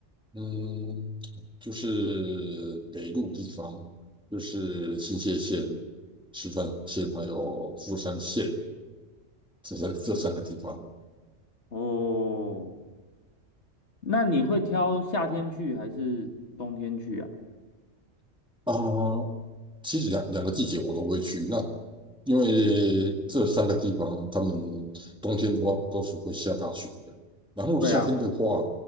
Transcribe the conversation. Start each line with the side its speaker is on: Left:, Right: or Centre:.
Centre: 嗯，就是北陆地方，就是新泻县、石川县还有富山县这三这三个地方。
Left: 哦，那你会挑夏天去还是冬天去啊？
Centre: 啊，其实两两个季节我都会去。那因为这三个地方，他们冬天的话都是会下大雪的，然后夏天的话，
Left: 对啊，